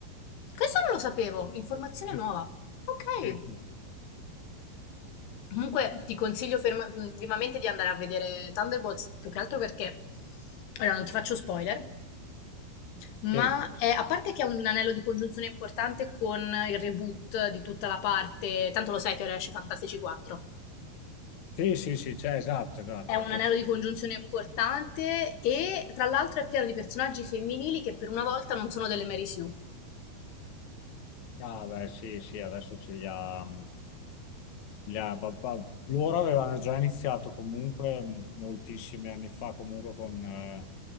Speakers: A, on the left; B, on the left.
A: Questo non lo sapevo, informazione
B: Sì,
A: nuova. Ok.
B: sì,
A: Comunque ti consiglio ferma- vivamente di andare a vedere Thunderbolts, più che altro perché, allora non ti faccio spoiler, ma
B: sì,
A: è- a parte che è un anello di congiunzione importante con il reboot di tutta la parte, tanto lo sai che ora esce Fantastici 4,
B: sì, sì, sì, cioè, esatto, esatto.
A: è un
B: che-
A: anello di congiunzione importante e tra l'altro è pieno di personaggi femminili che per una volta non sono delle Mary Sue.
B: Ah, beh, sì, sì, adesso ce li ha. mm, Yeah, va- va- loro avevano già iniziato comunque m- moltissimi anni fa, comunque con eh,